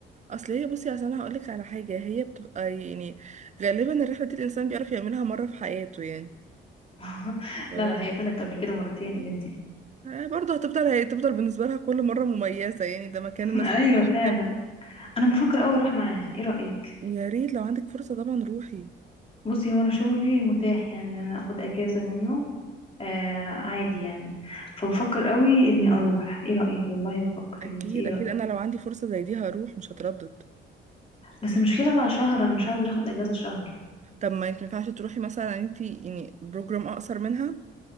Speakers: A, on the right; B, on the left.
A: اصل هي بصي اصل انا هقولك على حاجه هي بتبقى يعني غالبا الرحله دي الانسان بيعرف يعملها مره في حياته يعني
B: <laughs>
A: ف...
B: لا لا هي طلعت قبل كده مرتين يا بنتي
A: آه، برضه هتفضل هتفضل بالنسبه لها كل مره مميزه يعني ده مكان
B: <laughs>
A: الناس
B: ايوه
A: كلها
B: فعلا
A: بتحبه
B: انا بفكر قوي اروح معاها ايه رايك
A: يا ريت لو عندك فرصه طبعا روحي
B: بصي هو انا شغلي متاح يعني إن انا اخد اجازه منه آه عادي يعني فبفكر قوي اني اروح ايه رايك والله بفكر
A: اكيد
B: يا بنتي ايه
A: اكيد
B: رايك
A: انا لو عندي فرصه زي دي هروح مش هتردد
B: بس المشكله بقى شهر انا مش هقدر اخد اجازه شهر
A: طب ما انت ينفعش تروحي مثلا انت يعني بروجرام اقصر منها